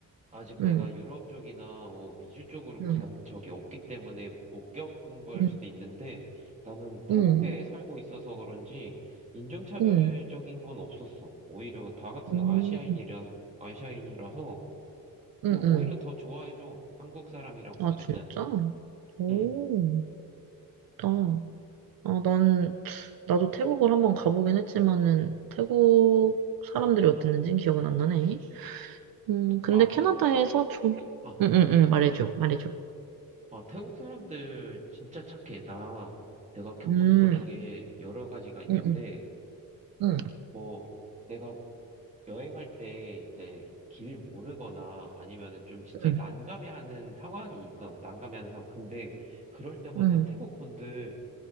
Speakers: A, on the right; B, on the right.
A: 아직 내가
B: 응.
A: 유럽 쪽이나 뭐 미주 쪽으로
B: 응.
A: 간 적이 없기 때문에 못 겪은 걸
B: 응.
A: 수도 있는데 나는 태국에
B: 응.
A: 살고 있어서 그런지 인종차별적인
B: 응. 응.
A: 건 없었어. 오히려 다 같은
B: 응.
A: 아시아인이라, 아시아인이라서 그
B: 응.
A: 오히려
B: 응."
A: 더 좋아해줘. 한국 사람이라고
B: 아
A: 하면은.
B: 진짜? 오.
A: 응.
B: 좋다. 아, 난, 나도 태국을 한번 가보긴 했지만은, 태국 사람들이 어땠는지는 기억은 안 나네. 음, 근데
A: 아,
B: 캐나다에서
A: 태국 사람,
B: 좀,
A: 아,
B: 응, 응, 응, 말해줘, 말해줘.
A: 아, 태국 사람들 진짜 착해. 나 내가 겪은
B: 음,
A: 것 중에 여러 가지가 있는데
B: 응, 응, 응,
A: 뭐 내가 여행할 때 이제 길 모르거나 아니면은 좀 진짜
B: 응,
A: 난감해하는 상황이 있어. 난감해하는 상황. 근데 그럴 때마다
B: 응,
A: 태국 분들